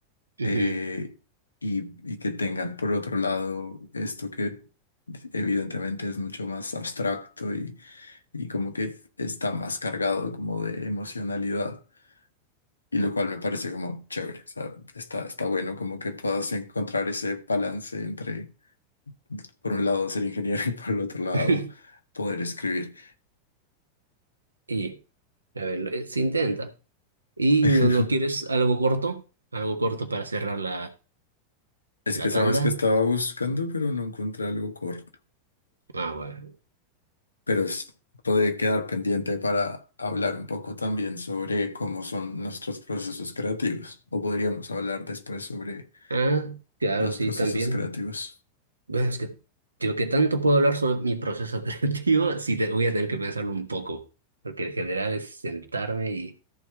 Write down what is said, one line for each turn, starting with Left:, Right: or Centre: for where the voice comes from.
Right: Ujú.
Left: eh, y, y que tengan por otro lado esto que evidentemente es mucho más abstracto y, y como que está más cargado como de emocionalidad. Y lo cual me parece como chévere, o sea, está, está bueno como que puedas encontrar ese balance entre, por un lado, ser ingeniero y por el otro lado,
Right: <laughs>
Left: poder escribir.
Right: Y, a ver, lo- eh, se intenta. ¿Y
Left: <laughs>
Right: no, no quieres algo corto? ¿Algo corto para cerrar la,
Left: Es
Right: la
Left: que sabes
Right: tanda?
Left: que estaba buscando, pero no encontré algo corto.
Right: Ah, bueno.
Left: Pero es- puede quedar pendiente para hablar un poco también sobre cómo son nuestros procesos creativos. O podríamos hablar después sobre
Right: Ah, claro,
Left: los
Right: sí,
Left: procesos
Right: también.
Left: creativos.
Right: Bueno, es que digo que tanto puedo hablar sobre mi proceso <laughs> creativo, sí te, voy a tener que pensarlo un poco, porque en general es sentarme y